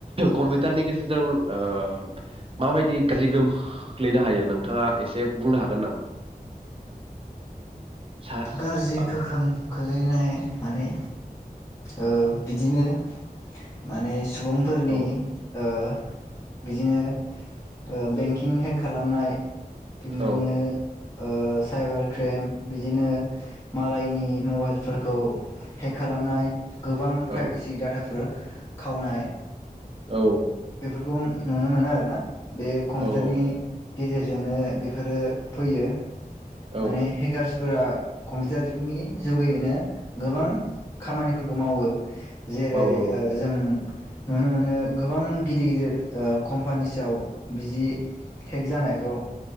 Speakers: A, on the right; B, on the left.
A: कम्पिउटारनि गेजेरजों ओ माबायदि गाज्रि गोहोम खोख्लैनो हायो नोंथाङा एसे बुंनो हागोन नामा सा
B: गाज्रि
A: औ
B: गोहोम खोलैनाय। माने ओ बिदिनो माने सुबुंफोरनि
A: औ
B: ओ बिजिनो ओ बेंकिं हेक खालामनाय। बिननो
A: औ
B: ओ साइबार क्रेम बिदिनो मालायनि मबाइलफोरखौ हेक खालामनाय गोबां प्राइभेसि
A: औ
B: डाटाफोर खावनाय
A: औ।
B: बेफोरखौ नुनो मोनो आरो ना बे कम्पिउटारनि
A: औ
B: गेजेरजोंनो बेफोरो फैयो
A: औ
B: माने हेकारस फोरा कम्पिउटारनि जुगैयैनो गोबां खामानिफोरखौ मावो। जेरै
A: मावो
B: ओ जों नुनो मोनो गोबां गिदिर गिदिर ओ कम्पानिसआव बिजि हेक जानायखौ